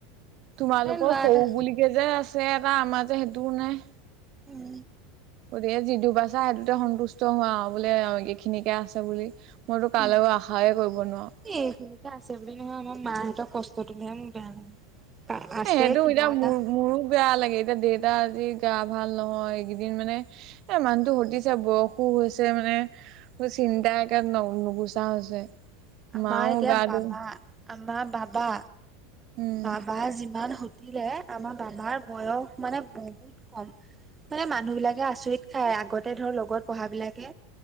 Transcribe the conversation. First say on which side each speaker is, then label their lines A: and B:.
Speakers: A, on the right; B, on the right.
A: তোমালোকৰ
B: মানে ল'ৰা
A: সৰু
B: এটা
A: বুলিব যে আছে এটা, আমাৰ যে সেইটোও নাই।
B: উম।
A: গতিকে যিটো পাইছা সেইটোতে সন্তুষ্ট হোৱা আৰু বোলে এইখিনিকে আছে বুলি। মইতো কালৈকে
B: এ
A: আশাইে কৰিব নোৱাৰো।
B: এইখিনিকে আছে বুলি নহয় আমাৰ মাহঁতৰ কষ্টটো মোৰ বেয়া লাগে। আছে
A: এ সেইটো
B: কিবা
A: এতিয়া
B: এটা
A: মোৰ-মোৰো বেয়া লাগে। এতিয়া দেউতা আজি গা ভাল নহয় এইকেইদিন মানে এ মানুহটো হুদিছে বয়সো হৈছে মানে। মোৰ চিন্তা একদম ন-নুগুচা হৈছে।
B: আমাৰ
A: মাও
B: এতিয়া
A: গাটো
B: বাবা, আমাৰ বাবা
A: উম
B: বাবা যিমান <unintelligible> আমাৰ বাবাৰ বয়স মানে বহুত কম। মানে মানুহবিলাকে আচৰিত খায়। আগতে ধৰ লগত পঢ়াবিলাকে।